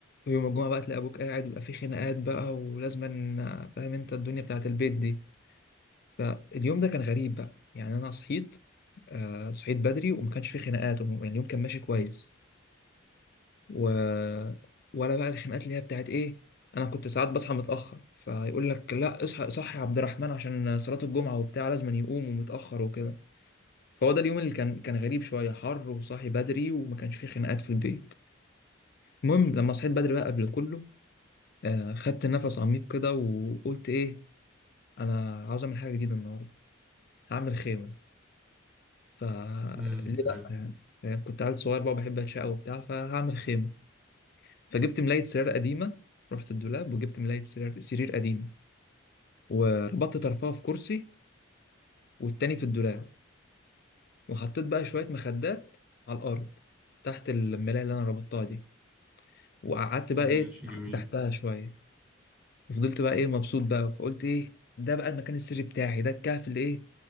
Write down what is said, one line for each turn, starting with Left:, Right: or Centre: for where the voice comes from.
Left: ويوم الجمعة بقى تلاقي أبوك قاعد ويبقى في خناقات بقى ولازما فاهم أنت الدنيا بتاعت البيت دي فاليوم ده كان غريب بقى يعني أنا صحيت آه صحيت بدري وما كانش في خناقات وم- يعني اليوم كان ماشي كويس و... ولا بقى الخناقات اللي هي بتاعت إيه أنا كنت ساعات بصحى متأخر فيقول لك لا اصحى صحي يا عبد الرحمن عشان صلاة الجمعة وبتاع لازما يقوم ومتأخر وكده فهو ده اليوم اللي كان كان غريب شوية حر وصاحي بدري وما كانش فيه خناقات في البيت المهم لما صحيت بدري بقى قبل كله آه، خدت نفس عميق كده وقلت ايه انا عاوز اعمل حاجه جديده النهارده هعمل خيمه ف ليه
Centre: أمم حلو
Left: لا يعني فاهم؟ كنت عيل صغير بقى بحب اتشقى وبتاع فهعمل خيمه فجبت ملايه سرير قديمه رحت الدولاب وجبت ملايه سرير سرير قديمه وربطت طرفها في كرسي والتاني في الدولاب وحطيت بقى شويه مخدات على الارض تحت الملايه اللي انا ربطتها دي وقعدت
Centre: ماشي
Left: بقى ايه
Centre: جميل
Left: قعدت تحتها شويه فضلت بقى ايه مبسوط بقى فقلت ايه ده بقى المكان السري بتاعي ده الكهف اللي ايه